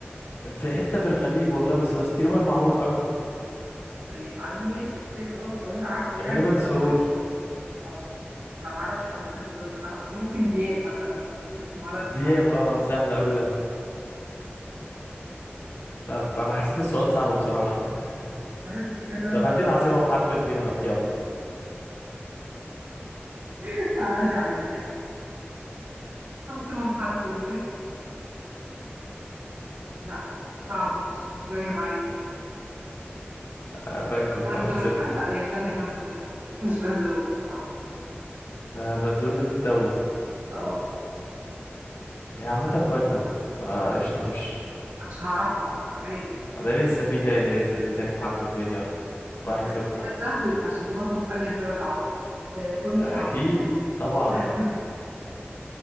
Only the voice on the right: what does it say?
<laughs> طيب على العموم ماشي اوكي خلاص لو انت عارفه
يعني حد
معروف او أنا ما اعرفش حد بالاسم ده بصراحه بس ممكن دياب مثلا اسم ولد وبحرف
ما دام بتيجي كانت
صعبة
<laughs> عادي عليك عاصمة بحرف الب لا صعبة مش مش جاية معايا
فنزويلا
لا هي التانية فنزويلا مش فنزويلا صح؟
اه
كنتش هعرفها تمام
هديك
سؤال سهل عشان تبطل تسألني أسئلة صعبة آه، قول
لي عاصمة <laughs>